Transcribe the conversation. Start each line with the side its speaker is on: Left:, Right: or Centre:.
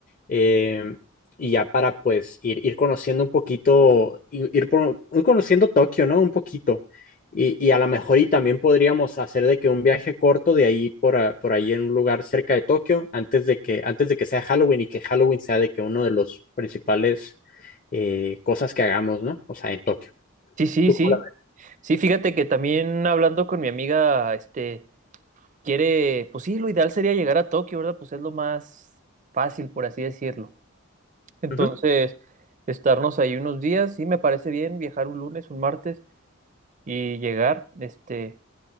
Left: em, y ya para pues ir, ir conociendo un poquito, i- ir, por- ir conociendo Tokio, ¿no? Un poquito. Y, y a lo mejor y también podríamos hacer de que un viaje corto de ahí por, a- por ahí en un lugar cerca de Tokio antes de que, antes de que sea Halloween y que Halloween sea de que uno de los principales eh, cosas que hagamos, ¿no? O sea, en Tokio.
Right: Sí, sí,
Left: ¿Tú
Right: sí.
Left: cómo la
Right: Sí, fíjate que también hablando con mi amiga, este, quiere, pues sí, lo ideal sería llegar a Tokio, ¿verdad? Pues es lo más fácil, por así decirlo. Entonces,
Left: ves? Ujú,
Right: estarnos ahí unos días, sí, me parece bien viajar un lunes, un martes y llegar, este.